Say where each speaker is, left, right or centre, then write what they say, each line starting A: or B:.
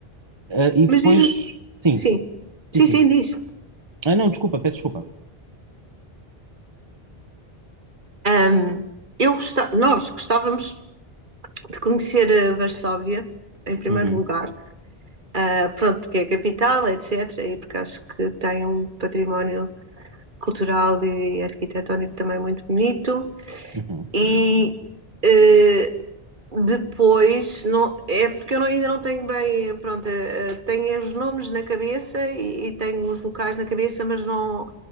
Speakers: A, on the right; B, on the right.
A: Ah, e depois,
B: Mas diz,
A: sim,
B: sim,
A: sim,
B: sim,
A: sim.
B: sim, diz.
A: Ah, não, desculpa, peço desculpa.
B: Hum, Eu gosta- nós gostávamos de conhecer a Varsóvia, em primeiro
A: Uhum,
B: lugar. Ah, pronto, porque é a capital, etc. E porque acho que tem um património cultural e arquitetónico também muito bonito.
A: uhum,
B: E eh, depois, não, é porque eu não- ainda não tenho bem, pronto, eh, eh, tenho os nomes na cabeça e, e tenho os locais na cabeça, mas não.